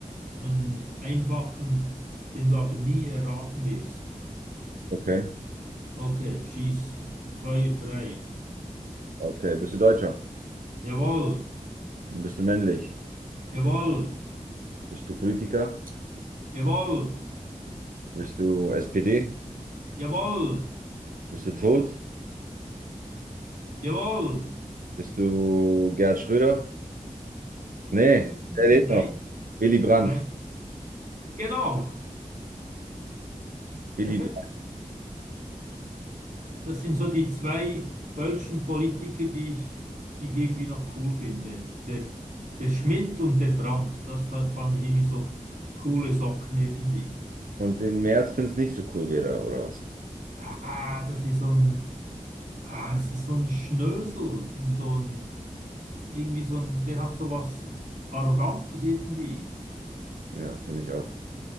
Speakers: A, on the right; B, on the right.
A: einen einfachen, den du aber nie erraten wirst.
B: Okay.
A: Okay, schieß, Feuer frei.
B: Okay, bist du Deutscher?
A: Jawohl,
B: Bist du männlich?
A: jawohl,
B: Bist du Politiker?
A: jawohl,
B: Bist du SPD?
A: jawohl,
B: Bist du tot?
A: jawohl.
B: Bist du Gerhard Schröder? Nee,
A: Nein,
B: der lebt
A: nein,
B: noch. Willy Brandt.
A: nein. Genau,
B: Willy
A: perfekt.
B: Brandt.
A: Das sind so die zwei deutschen Politiker, die ich, die ich irgendwie noch cool finde. Der, der Schmidt und der Brandt. Das fa- fand ich irgendwie so coole Socken irgendwie.
B: Und den Merz findest nicht so cool wieder, oder was?
A: Ah, das ist so ein, ah, das ist so ein Schnösel. Und so ein, irgendwie so ein, der hat so was Arrogantes irgendwie.
B: Ja, finde ich auch.